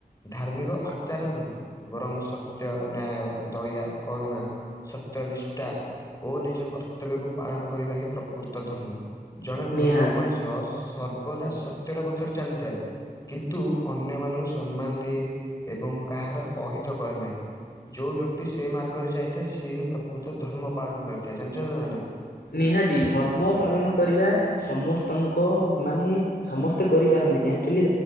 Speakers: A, on the left; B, on the left.
A: ଧାର୍ମିକ ଆଚାର ନୁହେଁ ବରଂ ସତ୍ୟ, ନ୍ୟାୟ, ଦୟା, କରୁଣା। ସତ୍ୟ ନିଷ୍ଠା ଓ ନିଜ କର୍ତ କର୍ତ୍ତବ୍ୟକୁ ପାଳନ କରିବା ହିଁ ପ୍ରକୃତ ଧର୍ମ ଜଣେ ଭଲ
B: ନିହାତି
A: ମଣିଷ ସର୍ ସର୍ବଦା ସତ୍ୟର ପଥରେ ଚାଲିଥାଏ। କିନ୍ତୁ ଅନ୍ୟମାନଙ୍କୁ ସମ୍ମାନ ଦିଏ ଏବଂ କାହାର ଅହିତ କରେ ନାହିଁ। ଯୋଉ ବ୍ୟକ୍ତି ସେ ମାର୍ଗରେ ଯାଇଥାଏ ସିଏ ହିଁ ପ୍ରକୃତ ଧର୍ମ ପାଳନ କରିଥାଏ ଜାଣିଛନ୍ତି ନା ନାହିଁ?
B: ନିହାତି ଧର୍ମ ପାଳନ କରିବା ସମସ୍ତଙ୍କ ମାନେ ସମସ୍ତେ କରିପାରନ୍ତିନି, ଆକ୍ଚୁଆଲି